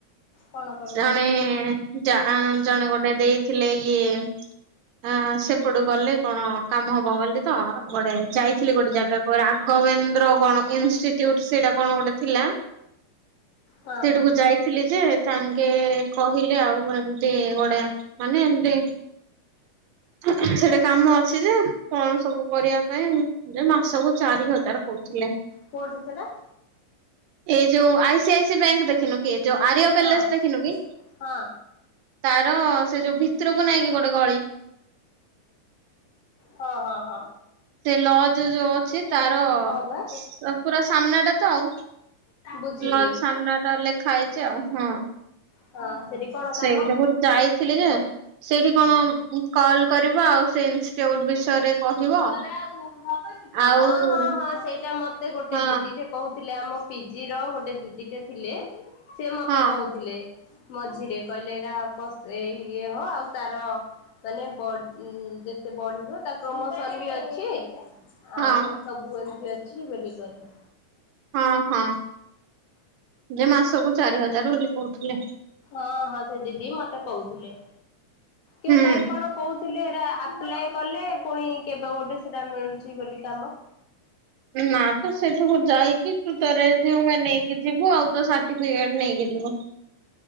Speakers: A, on the left; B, on the right.
A: କଣ କଲୁ?
B: ଜଣେ ଯା ଆଁ ଜଣେ ଗୋଟେ ଦେଇଥିଲେ ଇଏ ଆଁ ସେପଟୁ ଗଲେ କଣ କାମ ହବ ବୋଲି ତ ଗୋଟେ ଯାଇ ଥିଲି ଗୋଟେ ଜାଗାକୁ ରାଘବେନ୍ଦ୍ର କଣ ଇନଷ୍ଟିୁଟ ସେଇଟା କଣ ଗୋଟେ ଥିଲା।
A: ହଁ
B: ସେଠାକୁ
A: ହଁ
B: ଯାଇଥିଲି ଯେ ସାଙ୍ଗେ କହିଲେ ଆଉ ଏମିତି ଗୋଟେ ମାନେ ଏମିତି। ସେଠି ସେଠି କାମ ଅଛି ଯେ କଣ ସବୁ କରିବା ପାଇଁ ଯେ ମାସ କୁ ଚାରି ହଜାର କରୁଥିଲେ।
A: କୋଉଁଠି ସେଇଟା?
B: ଏଇ ଯୋଉ I C I C bank ଦେଖିନୁ କି ଯୋଉ ଆରିୟ ପ୍ୟାଲେସ
A: ହଁ
B: ଦେଖିନୁ କି,
A: ହଁ
B: ତାର ସେ ଯୋଉ ଭିତରକୁ ନାହିଁକି ଗୋଟେ ଗଳି
A: ହଁ, ହଁ, ହଁ।
B: ସେ ଲଜ ଯୋଉ ଅଛି ତାର
A: ହଁ ବା।
B: ସ ପୁରା ସାମ୍ନା ଟା ତ ଆଉ।
A: ବୁଝିଲି
B: ଲଜ ସାମ୍ନା ଟା ଲେଖା ହେଇଛି ଆଉ ହଁ।
A: ହଁ। ସେଠି କଣ
B: ସେଇଠାକୁ
A: କାମ?
B: ଯାଇଥିଲି ଯେ ସେଇଠି କ'ଣ କଲ କରିବା ଆଉ ସେଇ ଇନଷ୍ଟିଚ୍ୟୁଟ ବିଷୟରେ କହିବ
A: ହଁ, ହଁ,
B: ଆଉ
A: ହଁ, ସେଇଟା ମତେ ଗୋଟେ
B: ହଁ
A: ଦିଦିଟେ କହୁ ଥିଲେ। ଆମ ପିଜି ର ଗୋଟେ ଦିଦିଟେ ଥିଲେ ସେ ମତେ
B: ହଁ
A: କହୁଥିଲେ। ମଝିରେ କହିଲେ ଏଇଟା ପ ଏଇ ଇଏ ହ ଆଉ ତାର ମାନେ ବ ଯେତେ ବଢିବ ତା ପ୍ରମୋ ସନ୍ ବି ଅଛି।
B: ହଁ
A: ଆଉ ସବୁ ଏମିତି ଅଛି ବୋଲି କହିଲ।
B: ହଁ, ହଁ, ଯେ ମାସ କୁ ଚାରି ହଜାର ବୋଲି କହୁଥିଲେ।
A: ହଁ, ହଁ, ସେ ଦିଦି ମତେ କହୁଥିଲେ, କିନ୍ତୁ
B: ହୁଁ।
A: ତାଇ କ'ଣ କହୁ ଥିଲେ ହେଟା ଆପ୍ଲାଏ କଲେ ପୁଣି କେବେ ଗୋଟେ ସେଟା ମିଳୁଛି ବୋଲି କାମ।
B: ନା ତ ସେଠୁକୁ ଯାଇ କି ତୁ ତାପରେ ଯୋଉ ମା ନେଇକି ଯିବୁ ଆଉ ତୋ ସାର୍ଟିଫିକେଟ ନେଇକି ଯିବୁ।